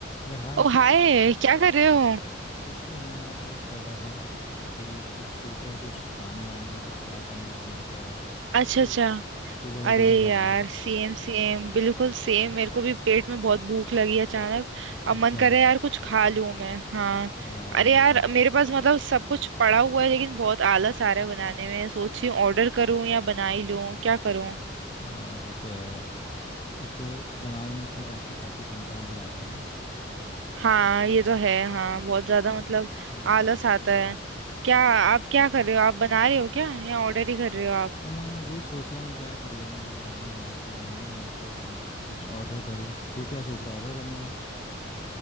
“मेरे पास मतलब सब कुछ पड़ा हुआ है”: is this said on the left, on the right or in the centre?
Right